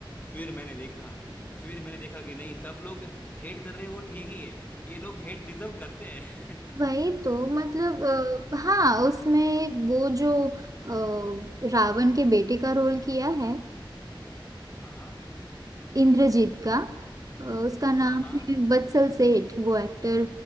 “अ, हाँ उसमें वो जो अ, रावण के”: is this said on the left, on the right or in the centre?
Right